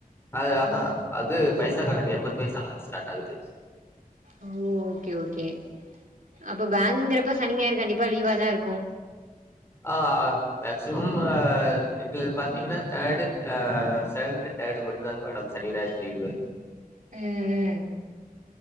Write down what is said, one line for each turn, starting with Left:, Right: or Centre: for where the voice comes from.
Left: அ ஆஹ
Right: ஓ
Left: அது பைசா கனக்கு எம்பது பைசாலந்து ஸ்ட்டாகுது
Right: ஓ ஓகே ஓகே அப்ப பேங்குங்குறப்ப சனிஞாயிறு கண்டிப்பா லீவா தா இருக்கு
Left: ஆஹ ஆஹ மேக்சிமம் ஹ எதுல பாத்தீங்கன்னா தேர்டுஹ செகண்ட தேர்டு மட்டும் தான் மேடம் சனி ஞாயிறு லீவு
Right: உம் உம்